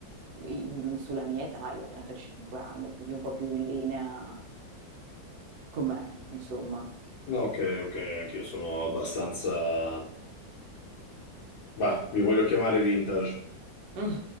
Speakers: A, on the right; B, on the left.
A: in- sulla mia età, io ho 35 anni, quindi un po' più in linea con me, insomma.
B: No, Ok, ok, anch'io sono abbastanza... Bah, mi voglio chiamare vintage.
A: Mm.